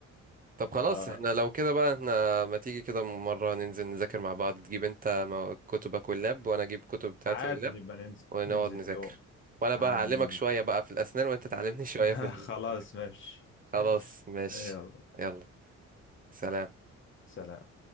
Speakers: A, on the right (about 30°); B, on the left (about 40°).
A: طب خلاص
B: آه،
A: احنا لو كده بقى احنا ما تيجي كده مرة ننزل نذاكر مع بعض تجيب انت مو- كتبك واللاب وانا اجيب كتب بتاعتي
B: عادي
A: واللاب
B: نبقى ننزل
A: ونقعد
B: ننزل
A: نذاكر
B: يوم
A: وانا
B: عادي
A: بقى هعلمك
B: ننزل
A: شوية بقى في الاسنان وانت تعلمني
B: <laughs>
A: <laughs> شوية في الكودينج
B: خلاص ماشي
A: خلاص ماشي
B: يلا
A: يلا سلام
B: سلام